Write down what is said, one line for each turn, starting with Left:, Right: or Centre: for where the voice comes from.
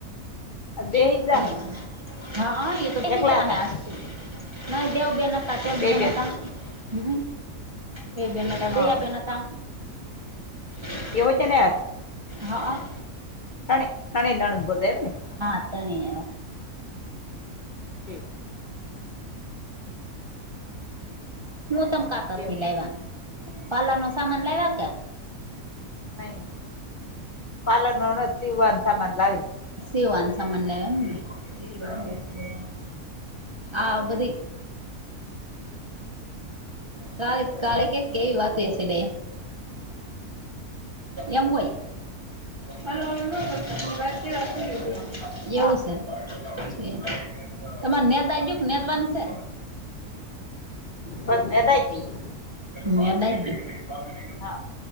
Left: બેહી જાહે
Right: <inaudible> <unintelligible> હા એતો બેઈજ
Left: એકલા
Right: ગયા
Left: હતા
Right: હે આ નહી દેવું બેનતા ઘંટ
Left: બે બેન
Right: <inaudible> <unintelligible> હમ્મ દઈબેન હતા
Left: હા
Right: દઈયા બેન ના તા. <inaudible> <unintelligible>
Left: એવું કે નહી આતા.
Right: હ અ.
Left: ત્રણે તણી નણંદ બોજાઈ એમ ને
Right: હા તણી એ.
Left: ઠીક
Right: હું તમ કાપ તથી
Left: એવું
Right: લાયવા
Left: છે
Right: પાર્લર નો સામાન લાયવા.
Left: નહી પાલન હોવાન સામાન લાવી.
Right: સેવાન સામાન લાયા એમ ને. હા બધી કાલે કાલે
Left: હે
Right: ક્યા. કેવી વાતો હશે એમ હોય. હલ્લો હલ્લો નો કરતા એમ વાય. <inaudible> એવું
Left: હા
Right: છે છે. તમારે ન્યાય દાય ગયો નેદ વાન છે.
Left: બસ નેદાઈ ગયું
Right: મે દાઈ ગયું.
Left: હઅ